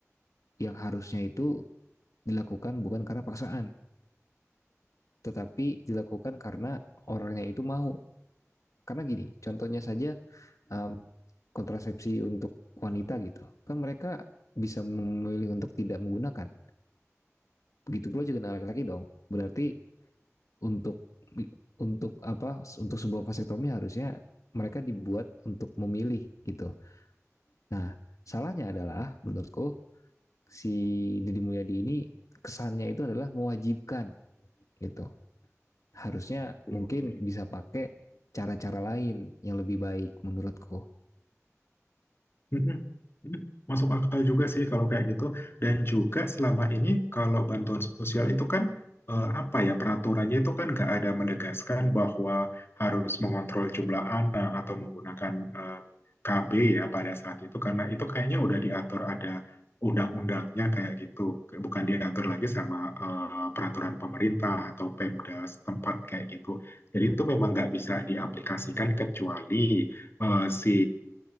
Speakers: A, on the left; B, on the left.
A: yang harusnya itu dilakukan bukan karena paksaan tetapi dilakukan karena orangnya itu mau karena gini contohnya saja em, kontrasepsi untuk wanita gitu kan mereka bisa memilih untuk tidak menggunakan begitu pula juga dengan laki-laki dong berarti untuk untuk apa untuk sebuah vasektomi harusnya mereka dibuat untuk memilih gitu. Nah, salahnya adalah menurutku si Deddy Mulyadi ini kesannya itu adalah mewajibkan gitu. Harusnya
B: Oke,
A: mungkin
B: oke.
A: bisa pakai cara-cara lain yang lebih baik menurutku.
B: Mm-mm. Mm-mm. Masuk akal juga sih kalau kayak gitu. Dan juga selama ini kalau bantuan sosial itu kan eh, apa ya peraturannya itu kan nggak ada menegaskan bahwa harus mengontrol jumlah anak atau menggunakan eh, KB ya pada saat itu karena itu kayaknya udah diatur ada undang-undangnya kayak gitu, bukan diatur lagi sama eh, peraturan pemerintah atau Pemda setempat kayak gitu. Jadi itu memang nggak bisa diaplikasikan kecuali eh, si